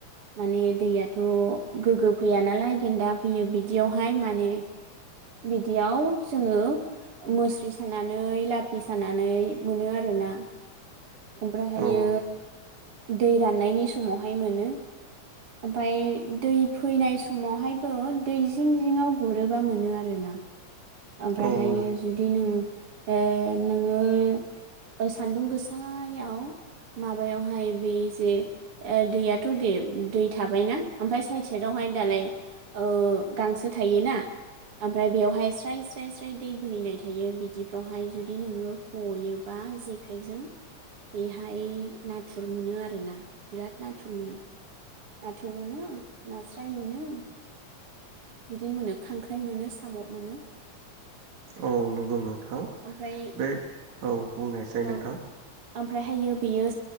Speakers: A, on the right; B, on the right.
A: माने दैयाथ' गोग्गो फैया नालाय गेन्दा फैयो बिदियावहाय माने बिदियाव जोङो मुस्रि सानानै लाफि सानानै मोनो आरोना ओमफ्रायहायो
B: औ
A: दै राननायनि समावहाय मोनो ओमफ्राय दै फैनाय समावहायबो दै जिं जिङआव गुरोबा मोनो आरोना ओमफ्रायहायो
B: औ
A: जुदि नों ओ नोङो सान्दुं गोसायाव माबायावहाय बे जे दैयाथ' दे दै थाबायना ओमफ्राय साइड साइदआवहाय दालाय ओ गांसो थायोना ओमफ्राय बेयावहाय स्राय स्राय स्राय दै बोहैनाय थायो बिदिफ्रावहाय जुदि नोङो हयोबा जेखाइजों बेहाय नाथुर मोनो आरोना बिराद नाथुर मोनो नाथुर मोनो नास्राय मोनो बिदिनो मोनो खांख्राइ मोनो साम' मोनो
B: औ नंगौ नोंथां
A: ओमफ्राय
B: बेै औ बुंनायसै
A: औ
B: नोंथां
A: ओमफ्रायहायो बेयो